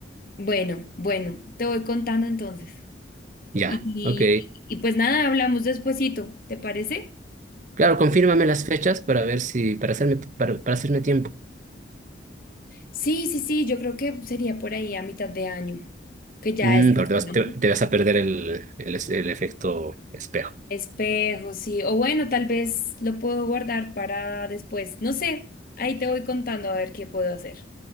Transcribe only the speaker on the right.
Ya,
ok.
Claro, confírmame las fechas para ver si, para hacerme, para, para hacerme tiempo.
Mm,
pero te vas,
te, te vas a perder el, el, el efecto espejo.